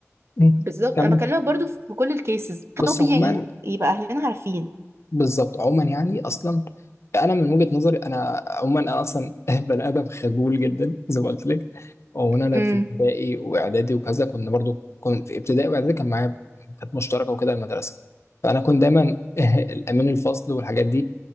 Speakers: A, on the left; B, on the right.
A: مم.
B: بالظبط
A: كمل
B: انا بكلمك برضو في كل الكيسز
A: بس
B: طبيعي
A: عموما
B: يبقى اهلنا عارفين
A: بالظبط عموما يعني اصلا انا من وجهة نظري انا عموما انا اصلا <laughs> بني ادم خجول جدا زي ما قلت لك وانا انا
B: امم
A: في ابتدائي واعدادي وكذا كنا برضو كنت في ابتدائي واعدادي كان معايا كانت مشتركه وكده المدرسه فانا كنت دايما <laughs> الامين الفصل والحاجات دي